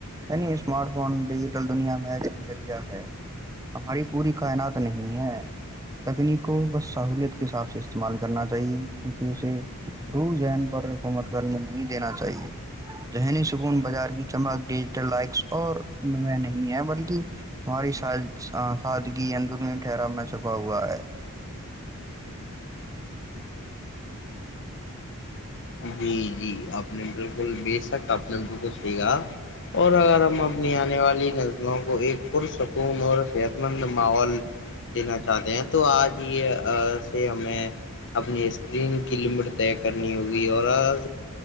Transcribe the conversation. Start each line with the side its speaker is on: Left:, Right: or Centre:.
Right: نہیں اسمارٹ فون ڈیجیٹل دنیا میں ہے ج کے ذریعہ ہے ہماری پوری کائنات نہیں ہے تکنیک کو بس سہولیت کے حساب سے استعمال کرنا چاہیے کیونکہ اسے روح جین پر حکومت کرنے نہیں دینا چاہیے ذہنی سکون بازار کی چمک ڈیجیٹل لائکس اور میں نہیں ہے بلکہ ہماری سادگی اندرونی ٹھہرا میں چھپا ہوا ہے
Left: جی جی اپنے بالکل شق اپنے بالکل صحی کہا اور اگر ہم اپنی آنے والی نسلوں کو ایک پرسکون اور صحت مند ماحول دینا چاہتے ہیں تو آج یہ سے ہمیں اپنی اسکرین کی لمٹ طے کرنی ہوگی اور آج